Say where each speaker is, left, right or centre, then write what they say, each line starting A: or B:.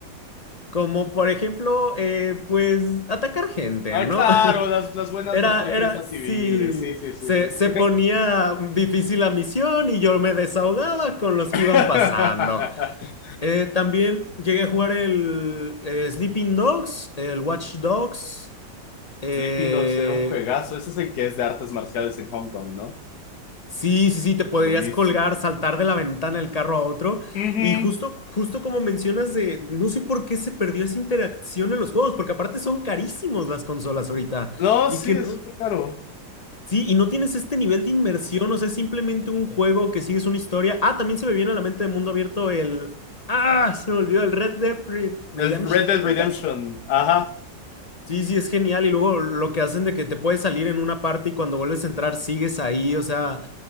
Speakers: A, on the left; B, on the left.
A: como por ejemplo, eh, pues, atacar gente,
B: Ah,
A: ¿no?
B: claro,
A: <laughs>
B: las, las buenas
A: Era,
B: masacres
A: era,
B: a civiles,
A: sí,
B: sí, sí, sí,
A: se,
B: sí,
A: se
B: sí.
A: ponía difícil la misión y yo me desahogaba con los
B: <laughs>
A: que iban pasando. Eh, también llegué a jugar el eh, Sleeping Dogs, el Watch Dogs. eh,
B: Sleeping Dogs era un juegazo, ese es el que es de artes marciales en Hong Kong, ¿no?
A: sí, sí, sí, te podrías
B: Buenísimo.
A: colgar, saltar de la ventana del carro a otro.
B: Ujú.
A: Y justo, justo como mencionas de, no sé por qué se perdió esa interacción en los juegos, porque aparte son carísimos las consolas ahorita.
B: No,
A: Y
B: sí,
A: que
B: es
A: no,
B: súper caro.
A: sí, y no tienes este nivel de inmersión, o sea, es simplemente un juego que sigues una historia. Ah, también se me viene a la mente de mundo abierto el... Ah, se me olvidó el Red Dead Re- Redemption,
B: El Red Dead
A: creo
B: Redemption,
A: que es.
B: ajá.
A: Sí, sí, es genial. Y luego lo que hacen de que te puedes salir en una parte y cuando vuelves a entrar sigues ahí. O sea,